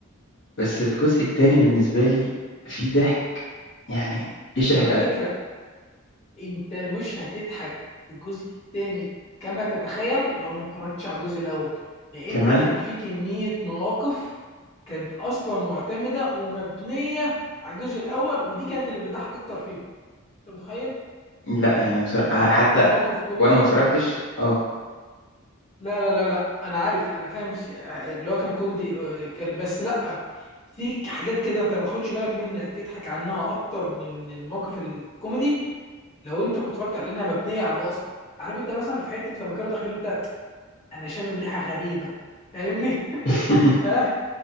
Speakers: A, on the left (about 60°); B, on the left (about 30°).
A: بس الجزء التاني بالنسبة لي فيه ضحك يعني يشرح
B: على
A: القلب
B: فكره انت مش هتضحك الجزء الثاني كما تتخيل لو ما اتفرجتش على الجزء الاول لان
A: كمان
B: كان في كمية مواقف كانت اصلا معتمدة ومبنية على الجزء الاول ودي كانت اللي بتضحك اكتر فيهم انت متخيل
A: لا
B: يعني
A: يعني بصراحة
B: كان
A: حتى
B: الموقف كوميدي
A: وأنا ما اتفرجتش آه،
B: لا لا لا لا انا عارف انا فاهم ش- اللي هو كان كوميدي آه، كان بس لا في حاجات كده انت ما تاخدش بالك منها تضحك عنها اكتر من الموقف الكوميدي لو انت كنت اتفرجت على لانها مبنيه على ده اصلا عارف انت مثلا في حته لما كانوا داخلين بتاع انا شامم ريحه غريبه فاهمني <laughs>
A: <laughs>
B: اه